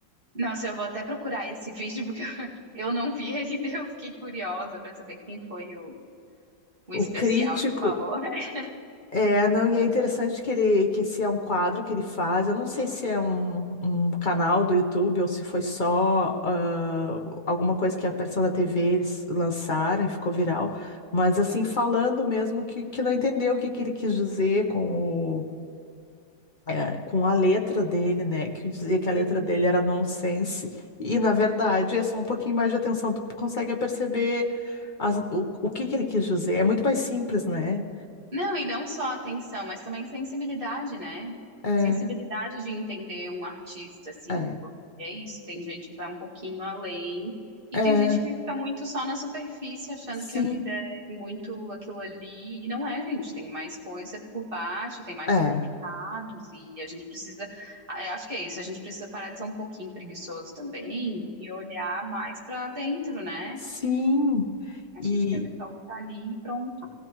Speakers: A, on the right; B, on the left.
A: Nossa, eu vou até procurar esse vídeo porque <laughs> eu não vi ainda, eu fiquei curiosa para saber quem foi o, o especial
B: O crítico.
A: que falou. <laughs>
B: É, não, e é interessante que ele, que esse é um quadro que ele faz. Eu não sei se é um, um canal do YouTube ou se foi só ah, alguma coisa que apareceu na TV, eles lançaram e ficou viral. Mas assim, falando mesmo que, que não entendeu o que, que ele quis dizer com é, com a letra dele, né? Que dizia que a letra
A: Uhum.
B: dele era nonsense. E, na verdade, é só um pouquinho mais de atenção, tu consegue perceber as- o, o que que ele quis dizer. É muito mais simples, né?
A: Não, e não só atenção, mas também sensibilidade, né?
B: É,
A: Sensibilidade de entender um artista, assim,
B: é,
A: porque é isso, tem gente que vai um pouquinho além, e
B: é,
A: tem gente que fica muito só na superfície, achando
B: sim,
A: que a vida é muito aquilo ali, e não é, gente, tem mais coisa por baixo, tem mais
B: é,
A: significados, e a gente precisa, ah, eu acho que é isso, a gente precisa parar de ser um pouquinho preguiçoso também, e olhar mais para dentro, né?
B: sim.
A: A
B: E,
A: gente quer ver só o que tá ali e pronto,